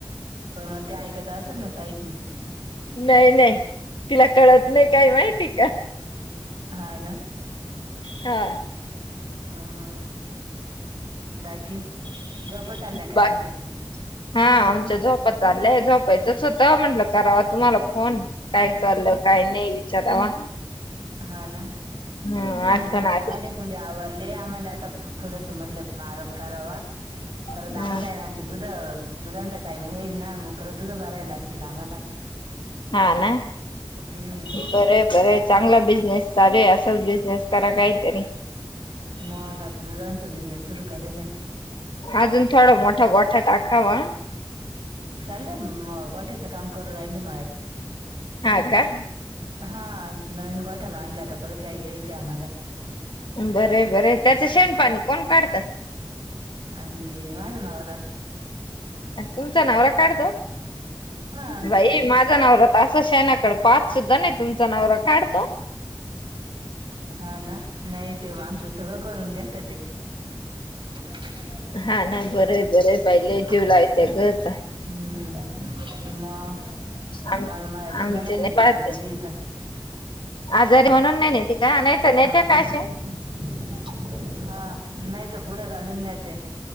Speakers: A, on the right; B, on the left.
A: पण मग ते ऐकात असेल ना साइडनी
B: नाही नाही तिला कळतं नाही, काही माहिती का
A: हा ना.
B: हा.
A: ह ह बाकी झोपत आल्या काय
B: बाकी?
A: तुमच्या
B: हा आमच्या झोपत चाललंय झोपाचंच होतं म्हंटलं कराव तुम्हाला फोन काय चाललं काय नाही विचारावा?
A: हा ना.
B: हम्म
A: काही नाही
B: आठवण
A: आता आमचे
B: आली
A: भान्डेकुंन्डे आवरारले आम्हाला आता थोडंसं म्हटलं आराम करावा परत
B: हम्म
A: आम्हाला आहे ना आमचे दुध दुधांचा टाइईम होईल ना मग परत दुध भरायला लागतील आम्हाला
B: हा ना
A: हम्म
B: बर बर चांगला बिजनेस चालूय असंच बिझनेस करा काहीतरी
A: मग आता दुधानचा बिझनेस सुरू करेल आहे ना
B: ह अजून थोडा मोठा गोठा टाकावा.
A: चाललंय ना म गोठ्याचं काम करून राहिले मळ्यात
B: हा का?
A: हा नवीन गोठा बांधलाय आता परत गाई घ्यायची आम्हाला
B: बरं बरं त्याचं शेणपाणी कोण काढत?
A: आणि माझा नवरा.
B: तुमचा नवरा काढतो
A: हा
B: बाई माझा नवरा तर शेणाकडे पाहत सुद्धा नाही तुमचा नवरा काढतो
A: हा ना नाही. ते आमचं सगळं करून घेतात. को <unintelligible>
B: हा ना बरं बरं बाई लय जीव लावत्या ग त्या
A: मग
B: आम
A: मला मळयात सुद्धा
B: आमचे
A: नाही नेत
B: पाहते
A: आजारी
B: आजारी म्हणून नाही नेती का? नाही तर नेत
A: हा ना
B: का अशी?
A: हा नाही तर पुुढ घालून नेत्या.